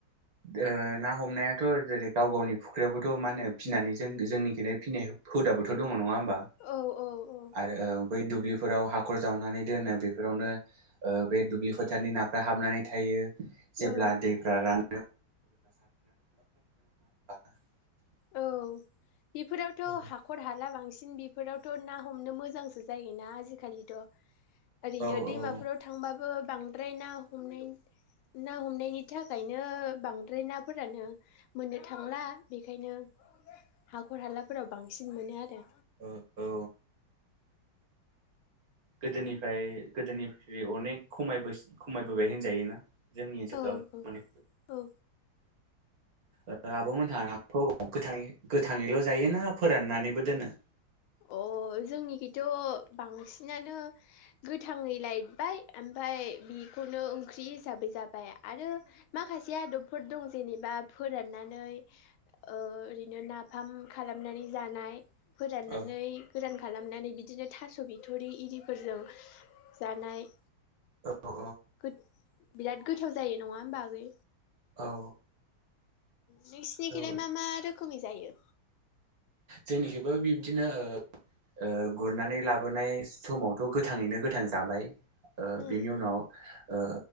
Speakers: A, on the right; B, on the left.
A: दो ना हमनायाथ' जेरै गाव गावनि फुख्रियावबोथ' मा होनो फिनानै जों जोंनिखैनो फिनाय हुदाबोथ' दङ नङा होमबा। बा
B: औ औ औ
A: आरो औ बै दुब्लिफोराव हाखर जावनानै दोनो बेफोरावनो ओ बे दुब्लि फोथारनि ना फ्रा हाबनानै थायो जेब्ला
B: औ
A: दैफ्रा रान <unintelligible>
B: औ इफोरावथ'
A: औ
B: हाखर हाला बांसि इफोरावथ' ना हमनो मोजांसो जायोना आजिखालिथ' ओरैनो
A: औ
B: दैमाफोराव
A: औ
B: थांबाबो बांद्राय ना हमनाय ना हमनायनि थाखायनो बांद्राय नाफोरानो मोननो थांला बे खायनो हाखर हालाफोराव बांसिन मोनो आरो
A: औ औ गोदोनिफ्राय गोदोनिफ्रि अनेख खमायबोसि खमायबोबाय होनजायोना। जोंनि ओनसोलाव
B: औ-औ-औ
A: माने ओ आब'मोनहा खौ गोथां गोथाङैल' जायो ना फोराननानैबो दोनो?
B: अ जोंनिखिथ' बांसिनानो गोथाङै लायबाय आमफाय बेखौनो ओंख्रि हिसाबै जाबाय आरो माखासे आदबफोर दं जेनेबा फोर फाननानै ओ ओरैनो नाफाम खालामनानै जानाय नानै
A: औ
B: गोरान खालामनानै बिदिनो थास' बिथरि इरिफोरजों जानाय
A: औ औ
B: गो बिराद गोथाव जायो नङा होमबा आगै
A: औ
B: नोंसिनिखलाय
A: औ
B: मा मा रोखोमै जायो?
A: जोंनिखबो बिब्दिनो ओ गुरनानै लाबोनाय समावथ' गोथाङैनो गोथां जाबाय ओ
B: उम
A: बिनि
B: उम
A: उनाव ओ